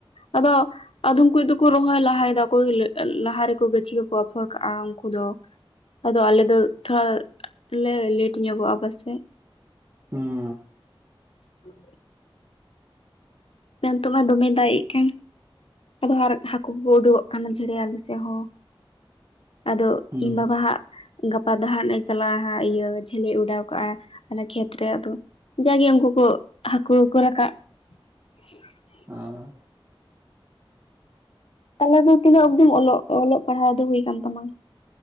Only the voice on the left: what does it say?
ᱟᱫᱚ ᱟᱫᱚᱢ ᱠᱚ ᱫᱚᱠᱚ ᱨᱚᱦᱚᱭ ᱞᱟᱦᱟᱭᱮᱫᱟᱠᱚ ᱞᱟᱹᱜ ᱞᱟᱦᱟ ᱨᱮᱠᱚ ᱜᱟᱹᱪᱷᱤ ᱠᱚᱠᱚ ᱯᱷᱚᱲ ᱠᱟᱜᱼᱟ ᱩᱱᱠᱩ ᱫᱚ ᱟᱫᱚ ᱟᱞᱮ ᱫᱚ ᱛᱷᱚᱲᱟ ᱞᱮ ᱞᱮᱴ ᱧᱚᱜᱚᱜᱼᱟ ᱯᱟᱥᱮᱡ ᱾
ᱦᱩᱸ ᱱᱤᱛᱚᱜ ᱢᱟ ᱫᱚᱢᱮᱭ ᱫᱟᱜᱼᱮᱜ ᱠᱟᱱ ᱾ ᱟᱫᱚ ᱦᱟᱨ ᱦᱟᱹᱠᱳ ᱠᱚ ᱩᱰᱩᱠᱚᱜ ᱠᱟᱱ ᱫᱚᱢ ᱡᱷᱟᱨᱤᱭᱟ ᱟᱞᱮ ᱥᱮᱜ ᱦᱚᱸ ᱾ ᱟᱫᱚ
ᱤᱧ ᱵᱟᱵᱟ ᱦᱟᱸᱜ ᱜᱟᱯᱟ ᱫᱚ ᱦᱟᱸᱜ ᱞᱮ ᱪᱟᱞᱟᱜᱼᱟ ᱦᱟᱸᱜ ᱤᱭᱟᱹ ᱡᱷᱟᱹᱞᱮ ᱚᱰᱟᱣ ᱠᱟᱜᱼᱟ ᱚᱱᱟ ᱠᱷᱮᱛ ᱨᱮ ᱟᱫᱚ ᱡᱟᱜᱮ ᱩᱱᱠᱩ ᱠᱚ ᱦᱟᱹᱠᱩ ᱠᱚ ᱨᱟᱠᱟᱵ <inaudible>
ᱛᱟᱦᱚᱞᱮ ᱫᱚ ᱛᱤᱱᱟᱹᱜ ᱚᱵᱫᱤ ᱚᱞᱚᱜ ᱚᱞᱚᱜ ᱯᱟᱲᱦᱟᱣ ᱫᱚ ᱦᱩᱭ ᱠᱟᱱ ᱛᱟᱢᱟ?